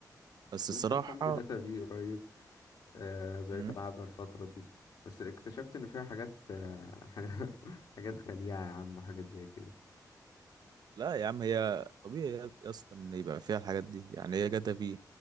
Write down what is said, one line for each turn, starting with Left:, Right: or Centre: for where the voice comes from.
Right: بس الصراحه
Left: لسه محمل جاتا في قريب آه بقيت
Right: مم.
Left: العبها الفترة دي بس اكتشفت ان فيها حاجات آه <laughs> حاجات حاجات خليعة يا عم وحاجات زي كده
Right: لا يا عم هي طبيعي يا يا اسطى ان يبقى فيها الحاجات دي يعني هي جاتا في